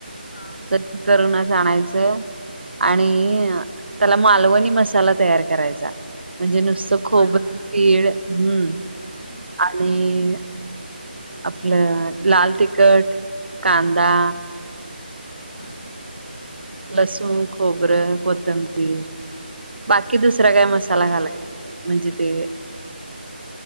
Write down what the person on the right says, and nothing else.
कट करूनच आणायचं. आणि ह त्याला मालवणी मसाला तयार करायचा म्हणजे नुसतं खोबर.
पळ हम्म
आणि. आपलं लाल तिखट कांदा.
लसूण खोबरं कोथंबीर बाकी दुसरा काय मसाला
घालायचां. म्हणजे ते.